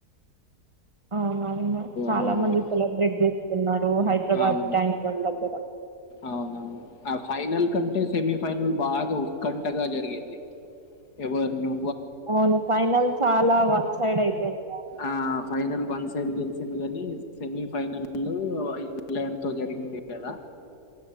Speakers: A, on the right; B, on the left.
A: అవున అవును చాలా
B: ఆహ్,
A: మంది సెలబ్రేట్ చేస్తున్నారు హైదరాబాద్
B: అవును.
A: ట్యాంక్ బండ్ దగ్గర
B: అవునవును ఆ ఫైనల్ కంటే సెమీఫైనల్ బాగా ఉత్కంఠగా జరిగింది ఎవరిను
A: అవును ఫైనల్ చాలా వ సైడ్ అయిపోయిను
B: ఆ ఫైనల్ వన్ సైడ్ గెలిచంది కాని సెమీఫైనల్ ఇంగ్లాండ్ తో జరిగింది కదా